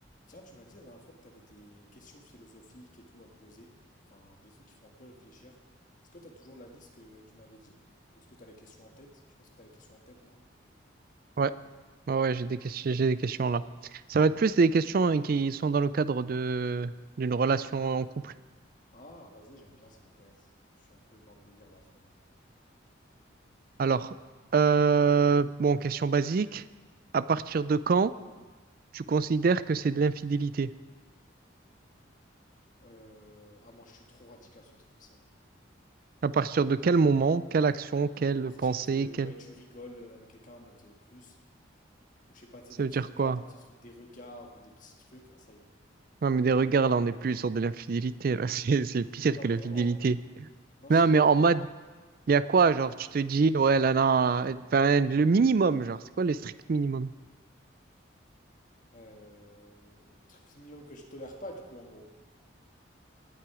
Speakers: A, on the left; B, on the right.
A: Tiens, tu m'as dit la dernière fois que tu avais des questions philosophiques et tout à me poser, enfin des trucs qui font un peu réfléchir. Est-ce que tu as toujours la liste que tu m'avais dit? Ou est-ce que tu as les questions en tête? Je pense que tu as les questions en tête, non?
B: Ouais, ouais, ouais, j'ai des questions, j'ai des questions là. Ça va être plus des questions hein, qui sont dans le cadre de d'une relation en couple.
A: Ah, vas-y, j'aime bien, ça m'intéresse. Je suis un peu dans le délire là en ce moment.
B: Alors, euh, bon, question basique. À partir de quand tu considères que c'est de l'infidélité?
A: Euh... Ah, moi je suis trop radical ce truc comme ça. hein.
B: À partir de quel moment, quelle action, quelle
A: Partir
B: pensée,
A: de, ouais,
B: quelle...
A: tu rigoles euh, avec quelqu'un en mode euh, plus, ou je sais pas, tu
B: Ça
A: sais, des
B: veut
A: petits
B: dire
A: regards,
B: quoi?
A: des petits trucs, des regards ou des petits trucs. Ah, ça y est.
B: Non, mais des regards, là, on n'est plus sur de l'infidélité. là. <laughs> C'est, c'est pire
A: Ah,
B: que
A: vraiment?
B: l'infidélité.
A: Non,
B: Non,
A: je sais
B: mais
A: pas.
B: en mode, il y a quoi? Genre,
A: Ouais.
B: tu te dis, ouais, là, non, là, enfin, le minimum, genre, c'est quoi le strict minimum?
A: Euh... Truc mignon que je tolère pas du coup en gros.